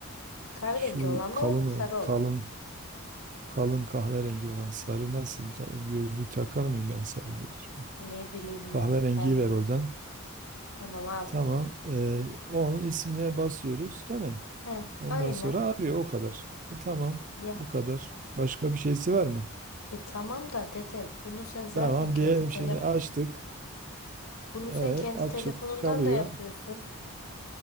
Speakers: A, on the left; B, on the right.
A: Kahverengi
B: Şu
A: olan mı,
B: kalın
A: sarı
B: ol,
A: olan
B: kalın
A: mı?
B: kalın kahverengi olan sarı nasıl? Ta- Gözlük takar mıyım ben sarı gözlük?
A: Ne bileyim
B: Kahverengiyi
A: ben, ben
B: ver
A: bilmem.
B: oradan.
A: Tamam al.
B: Tamam. Ee, onun ismine basıyoruz, değil mi?
A: He,
B: Ondan
A: aynen.
B: sonra arıyor o kadar. E, tamam.
A: Ya.
B: Bu kadar. Başka bir şeysi var mı?
A: E tamam da dede, bunu sen zaten
B: Tamam diyelim
A: kendi
B: şimdi
A: telefon,
B: açtık.
A: bunu
B: E,
A: sen kendi
B: açık
A: telefonundan
B: çalıyor.
A: da yapıyorsun.